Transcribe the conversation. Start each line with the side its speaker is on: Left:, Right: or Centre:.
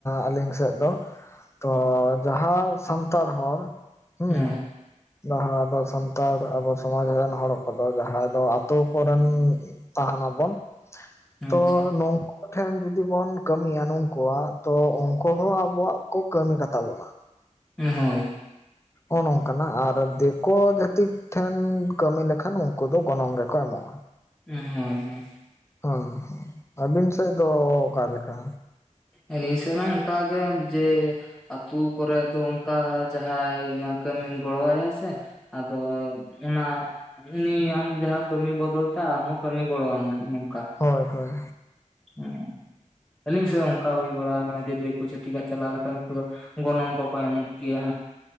Left: ᱟᱹᱞᱤᱝ ᱥᱮᱜ ᱫᱚ᱾
Centre: <inaudible>
Left: ᱛᱚ ᱡᱟᱦᱟᱸ ᱥᱟᱱᱛᱟᱲ ᱦᱚᱲ, ᱦᱩᱸ
Centre: ᱦᱳᱭ
Left: ᱡᱟᱦᱟᱸ ᱟᱵᱚ ᱥᱟᱱᱛᱟᱲ ᱟᱵᱚ ᱥᱚᱢᱟᱡᱽ ᱨᱮᱱ ᱦᱚᱲ ᱠᱚᱫᱚ, ᱡᱟᱦᱟᱸᱭ ᱫᱚ ᱟᱛᱳ ᱠᱚᱨᱮᱱ ᱛᱟᱸᱦᱮᱸᱱᱟᱵᱚᱱ
Centre: ᱟᱪᱪᱷᱟ
Left: ᱛᱚ ᱱᱚᱝ ᱴᱷᱮᱱ ᱡᱩᱫᱤ ᱵᱚᱱ ᱠᱟᱹᱢᱤᱭᱟ ᱱᱩᱠᱩᱣᱟᱜ, ᱛᱚ ᱩᱱᱠᱩ ᱦᱚᱸ ᱟᱵᱚᱣᱟᱜ ᱠᱚ ᱠᱟᱹᱢᱤ ᱠᱟᱛᱟ ᱵᱚᱱᱟ᱾
Centre: ᱦᱳᱭ᱾
Left: ᱚᱱ ᱚᱠᱟᱱᱟᱜ ᱟᱨ ᱫᱤᱠᱳ ᱡᱟᱹᱛᱤ ᱴᱷᱮᱱ ᱠᱟᱹᱢᱤ ᱞᱮᱠᱷᱟᱱ, ᱩᱱᱠᱩ ᱫᱚ ᱜᱚᱱᱚᱝ ᱜᱮᱠᱚ ᱮᱢᱚᱜ
Centre: ᱩᱸᱻ ᱦᱮᱸᱻ ᱦᱮᱸ᱾
Left: ᱦᱩᱸᱻ ᱟᱹᱵᱤᱱ ᱥᱮᱜ ᱫᱚ ᱚᱠᱟᱞᱮᱠᱟ?
Centre: ᱟᱞᱤᱧ ᱥᱮᱱ ᱦᱚᱸ ᱚᱱᱠᱟ ᱜᱮ ᱡᱮ ᱟᱛᱩ ᱠᱚᱨᱮ ᱫᱚ ᱚᱱᱠᱟ ᱡᱟᱦᱟᱸᱭ ᱚᱝᱠᱟᱢ ᱜᱚᱲᱚᱣᱟᱭᱟ ᱥᱮ, ᱟᱫᱚ ᱚᱱᱟ ᱩᱱᱤ ᱟᱢ ᱡᱟᱦᱟᱸ ᱠᱟᱹᱢᱤ ᱵᱚᱫᱚᱞ ᱛᱮ ᱟᱢᱦᱚᱸ ᱠᱟᱹᱢᱤ ᱜᱚᱲᱚ ᱟᱢᱟ ᱱᱚᱝᱠᱟ᱾
Left: ᱦᱳᱭᱻ ᱦᱳᱭ᱾
Centre: ᱦᱚᱸ ᱟᱹᱞᱤᱧ ᱥᱮᱫ ᱚᱱᱠᱟ ᱦᱩᱭ ᱵᱟᱲᱟ ᱟᱠᱟᱱᱟ, ᱡᱮ ᱫᱤᱠᱩ ᱪᱷᱛᱤᱠᱟᱜ ᱪᱟᱞᱟᱣ ᱞᱮᱠᱷᱟᱱ ᱩᱱᱠᱩ ᱫᱚ ᱜᱚᱱᱚᱝ ᱠᱚᱠᱚ ᱮᱢᱚᱜ ᱜᱮᱭᱟ᱾